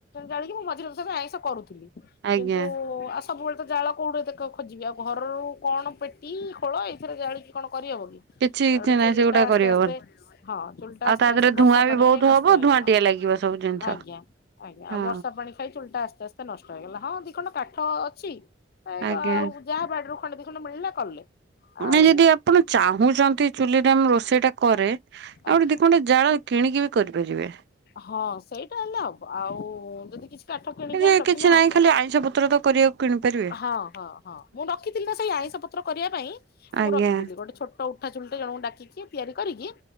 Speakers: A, on the left; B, on the right.
A: ଜାଣିକି ମୁଁ ମଝିରେ ସରେ ଆଇଁଷ କରୁଥିଲି।
B: ଆଜ୍ଞା
A: କିନ୍ତୁ ସବୁବେଳେ ତ ଜାଳ କୋଉଠୁ ଏତେ ଖୋଜିବି ଆଉ ଘରରୁ କଣ ପେଟି ଖୋଳ ଏଇଥିରେ ଜାଳିକି କଣ କରିହବ କି?
B: କିଛି କିଛି
A: ଏଡ଼େ ଚୁଲି
B: ନାହିଁ ସେଗୁଡା
A: ଟା ଆସ୍ତେ
B: କରିହବନି।
A: ଆସ୍ତେ ହଁ ଚୁଲଟା
B: ଆଉ
A: ଆସ୍ତେ
B: ତା ଦେହରେ
A: ଆସ୍ତେ ବର୍ଷା
B: ଧୂଆଁ
A: ପାଣି
B: ବି ବହୁତ
A: ଖାଇ ନଷ୍ଟ
B: ହବ
A: ହେଇଗଲା।
B: ଧୂଆଁଟିଆ ଲାଗିବ ସବୁ ଜିନିଷ
A: ଆଜ୍ଞା ଆଜ୍ଞା
B: ହଁ
A: ଆଉ ବର୍ଷା ପାଣି ଖାଇ ଚୁଲଟା ଆସ୍ତେ ଆସ୍ତେ ନଷ୍ଟ ହେଇଗଲା। ହଁ ଦି ଖଣ୍ଡ କାଠ ଅଛି? ଆଉ
B: ଆଜ୍ଞା।
A: ଯାହା ବାଡ ରୁ ଖଣ୍ଡେ ଦି ଖଣ୍ଡ ମିଳିଲା କଲେ। ଆଉ
B: ନାଇ ଯଦି ଆପଣ ଚାହୁଁଛନ୍ତି ଚୁଲିରେ ଆମେ ରୋଷେଇ ଟା କର ପରେ
A: ଆଜ୍ଞା।
B: ଆଉରି ଦି ଖଣ୍ଡ ଜାଳ କିଣିକି ବି କରିପାରିବେ।
A: ହଁ ସେଇ। ହବ ଆଉ ଯଦି କିଛି କାଠ କିଣିକି
B: ଯେ
A: ଆଣି ରଖିଲେ
B: କିଛି
A: ହବ।
B: ନାହିଁ ଖାଲି ଆଇଁଷ ପତ୍ର ତ କରିବାକୁ କିଣିପାରିବେ
A: ହଁ ହଁ ହଁ ମୁଁ ରଖିଥିଲି ନା ସେଇ ଆଇଁଷ ପତ୍ର କରିବା ପାଇଁ ମୁଁ
B: ଆଜ୍ଞା
A: ରଖିଥିଲି ଗୋଟେ ଛୋଟ ଉଠା ଚୁଲିଟେ ଜଣକୁ ଡାକିଚି ତିଆରି କରିକି